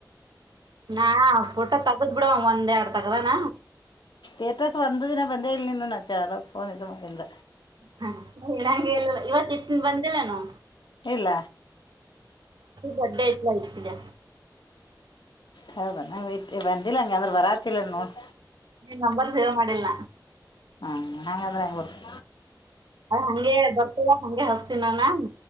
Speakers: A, on the right; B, on the left.
A: ನಾ ಪಟ್ಟ ತಗದು ಬಿಡ ಒಂದ ಎಡ್ ತಗದಾನ
B: ಯೇಟರ್ಸ್ ವಂದ ದಿನ ಬಂದ ಇಲ್ಲಿ ನಿ ನಚಾಲ ಪನ್ ಇದು ಮಿಂದ
A: ಹ ಇಡಂಗಗೆ ಎಲ್ಲ ಇವತ್ ಇಟ್ಟ ಬಂದಿಲ್ಲನು
B: ಇಲ್ಲ
A: ಬಡ್ಡ ತಯತಿದೆ
B: ಹೌದ ನ ಬಂದಿಲ್ಲ ಹಂಗ ಅಂದ್ರ ಬರಾತಿಲ್ಲ ನೋಡಿ
A: ನೀನ್ ನಂಬರ್ ಸೇವ್ ಮಾಡಿಲ
B: ಹ್ಮ ನಂಗ್ ಅದೆಲ್ಲ ಹೆಂಗ್ ಗೊತ್ತು
A: ಅದ ಹಂಗೆ ಬರ್ತಲ್ಲ ಹಗೆ ಹಸ್ತೀನಾನಾ